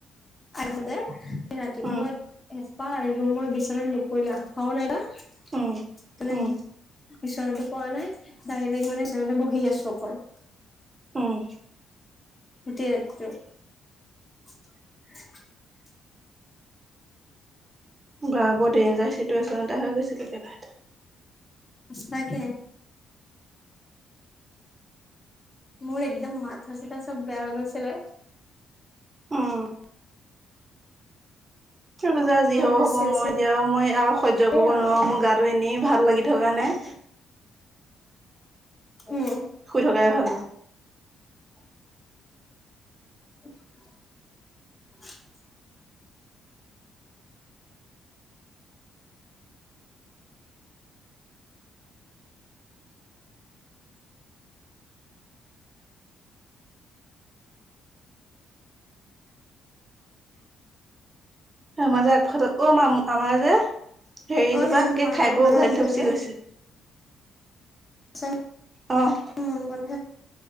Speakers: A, on the left (about 20°); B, on the right (about 25°).
A: আৰু নহ'লে ৰাতিটো
B: উম
A: মই এচপাহ আৰু ৰুমৰ বিচনাত নুপৰিলা আথোৱাও নাই নাই উ
B: উম,
A: বিচনাটো
B: উম,
A: পোৱা নাই ডাইৰেক্ট মানে ফেনতে বহি আছো অকল
B: উম
A: গোটেই ৰাতিটো <unintelligible>
B: বা বৰ ডেইনজাৰ চিটুৱেচন এটা হৈ গৈছিলে কেৰেলাত।
A: সচাকে। মোৰ একদম মাথা চাথা চব বেয়া হৈ গৈছিলে।
B: উম পূজা
A: মই
B: যি হব
A: বোলো
B: হ'ব
A: চেছে
B: মই এতিয়া মই আৰু সহ্য কৰিব
A: আৰু
B: নোৱাৰো মোৰ গাটো এনেই ভাল ভাল লাগি থকা নাই।
A: উম
B: সদাই ভাল।
A: <inaudible>
B: আমাৰ যে আগফাত অ মাম আমাৰ যে হেৰিজোপাত
A: অ সেইদিনাখন তোমালোকৰ
B: কি খাই
A: ঘৰলে
B: বো উঘালি
A: আহিলো
B: থৈ গুচি
A: যে
B: গৈছে।
A: তাৰপিছত
B: আহ
A: মুন বন্ধু